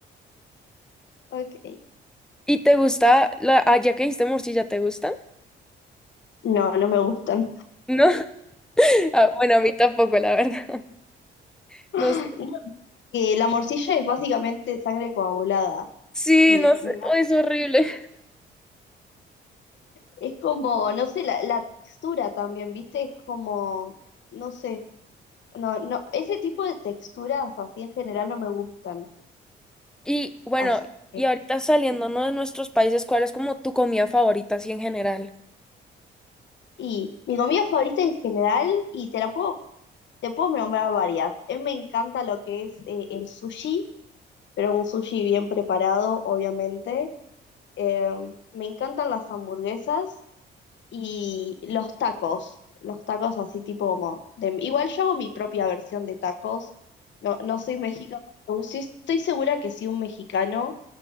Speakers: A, on the left; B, in the centre.
A: Ok.
B: ¿Y te gusta la, ah, ya que dijiste morcilla, ¿te gusta?
A: No, no me gustan.
B: No. <laughs> Ah, bueno, a mí tampoco, la verdad. <laughs>
A: <laughs>
B: No sé.
A: No, que la morcilla es básicamente sangre coagulada.
B: Sí,
A: Y
B: no sé,
A: me da-
B: oh, es horrible.
A: es como, no sé, la, la textura también, ¿viste? Es como, no sé, no, no, ese tipo de texturas así en general no me gustan.
B: Y bueno,
A: Así que-
B: y ahorita saliendo, ¿no? de nuestros países, ¿cuál es como tu comida favorita así en general?
A: y mi comida favorita en general, y te la puedo, te puedo nombrar varias. A mí me encanta lo que es eh, el sushi pero un sushi bien preparado, obviamente. Eh, me encantan las hamburguesas y los tacos, los tacos así tipo como... de- igual yo hago mi propia versión de tacos, no, no soy mexicano, pero sí estoy segura que si un mexicano